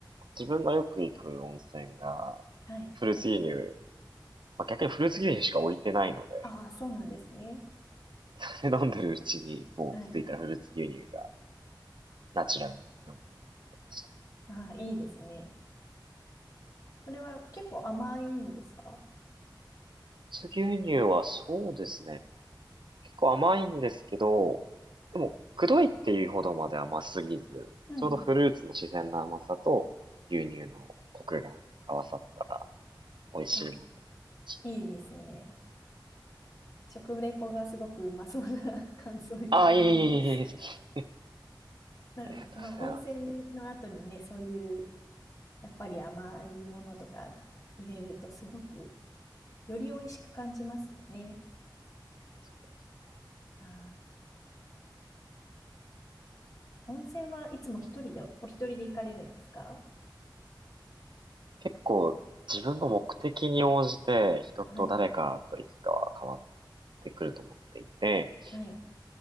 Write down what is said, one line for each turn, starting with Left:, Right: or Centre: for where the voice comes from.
Right: 自分のよく行く温泉が、
Left: はい。
Right: フルーツ牛乳、まあ、逆にフルーツ牛乳しか置いてないので、
Left: ああ、そうなんですね。
Right: <laughs> それ飲んでるうちに、もう気づいたらフルーツ牛乳が
Left: はい。
Right: ナチュラルに飲むようになってました。フ
Left: ああ、いいですね。それは結構甘いんですか
Right: ルーツ牛乳はそうですね。結構甘いんですけど、でも、くどいっていうほどまで甘すぎず、
Left: うんうん。
Right: ちょうどフルーツの自然な甘さと牛乳のコクが合わさった美味しいなって感じ。
Left: あ、いいですね。食レポがすごくうまそうな <laughs> 感想をいただいた。
Right: ああ、いえいえいえい
Left: <laughs>
Right: え。
Left: なるほど。
Right: ありがとうございます。
Left: まあ、温泉の後にね、
Right: そ
Left: そういう、やっぱり甘いものとか入れるとすごく、より美味しく感じますね。
Right: うですね。
Left: ああ。温泉はいつも一人で、お一人で行かれるんですか
Right: 結構自分の目的に応じて人と誰かと行くかは変わっ
Left: はい、
Right: てくると思っていて、
Left: はい、